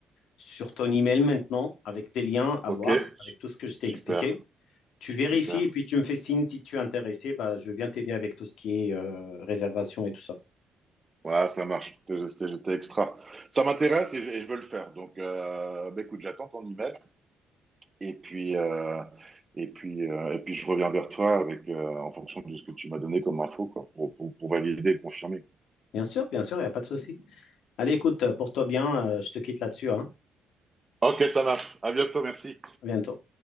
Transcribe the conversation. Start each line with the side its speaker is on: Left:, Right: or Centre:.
Left: sur ton email maintenant avec tes liens à
Right: Ok.
Left: voir, avec tout ce que je t'ai
Right: Super.
Left: expliqué. Tu vérifies
Right: Super.
Left: et puis tu me fais signe si tu es intéressé. Bah, je veux bien t'aider avec tout ce qui est euh, réservation et tout ça.
Right: Ouais, ça marche. C'était j'étais extra. Ça m'intéresse et, je et je veux le faire. Donc, euh, bah, écoute, j'attends ton email et puis euh, et puis euh, et puis je reviens vers toi avec euh, en fonction de ce que tu m'as donné comme info quoi, pour, pour, pour valider et confirmer.
Left: Bien sûr, bien sûr, il n'y a pas de souci. Allez, écoute, euh, porte-toi bien. euh, je te quitte là-dessus. hein.
Right: Ok, ça marche. À bientôt. Merci.
Left: À bientôt.